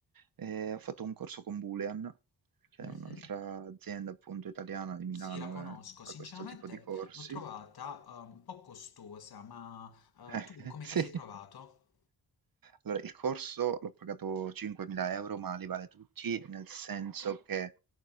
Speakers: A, on the right (about 60°); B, on the left (about 65°).
A: ehm, ho fatto un corso con Boolean, che
B: Mhm.
A: è un'altra azienda appunto italiana di Milano
B: Sì, la conosco.
A: che fa
B: Sinceramente
A: questo tipo di corsi,
B: l'ho trovata eh, un po' costosa, ma
A: eh,
B: eh, tu come
A: <laughs>
B: ti sei
A: sì.
B: trovato?
A: Allora, il corso l'ho pagato 5.000 € ma li vale tutti, nel senso che